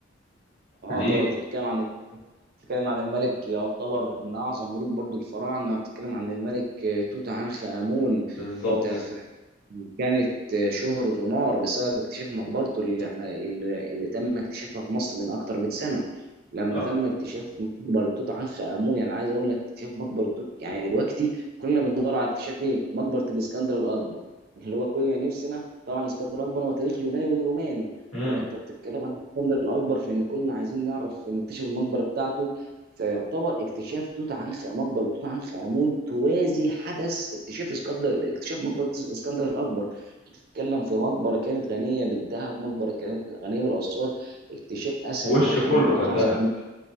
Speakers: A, on the right; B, on the left.
A: اه
B: ليه
A: طبعا انت بتتكلم عن بتتكلم عن الملك يعتبر من اعظم ملوك برضو الفراعنه بتتكلم عن الملك توت عنخ امون
B: بالظبط
A: انت ف- كانت شهرته نار بسبب اكتشاف مقبرته اللي احنا اللي اللي تم اكتشافها في مصر من اكتر من سنه لما
B: اه
A: تم اكتشاف مقبره توت عنخ امون يعني عايز اقول لك اكتشاف مقبره توت يعني دلوقتي كلنا بندور على اكتشاف ايه مقبره الاسكندر الاكبر اللي هو كلنا نفسنا طبعا اسكندر الاكبر هو تاريخ يوناني وروماني
B: امم
A: فانت بتتكلم عن الاسكندر الاكبر في ان كلنا عايزين نعرف نكتشف المقبره بتاعته فيعتبر اكتشاف توت عنخ مقبره توت عنخ امون توازي حدث اكتشاف اسكندر اكتشاف مقبره اسكندر الاكبر بتتكلم في مقبره كانت غنيه بالذهب مقبره كانت غنيه بالاثار اكتشاف اثر
B: وشه
A: الواحد
B: كله
A: من
B: كان
A: اعظم
B: ذهب